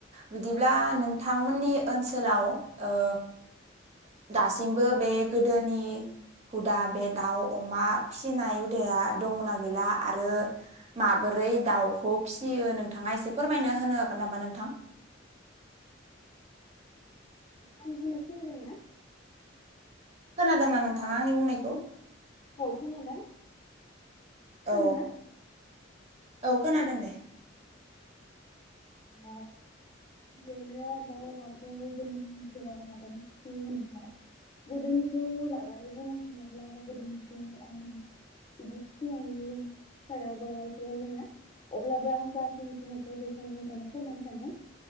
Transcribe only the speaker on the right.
बिदिब्ला नोंथांमोननि ओनसोलाव ओ दासिमबो बे गोदोनि हुदा बे दाउ अमा फिसिनाय हुदाया दंना गैला आरो माबोरै दाउखौ फिसियो नोंथाङा एसे फोरमायनो होनो हागोन नामा नोंथां
खोनादोंना नोंथाङा आंनि बुंनायखौ
औ औ खोनादों दे।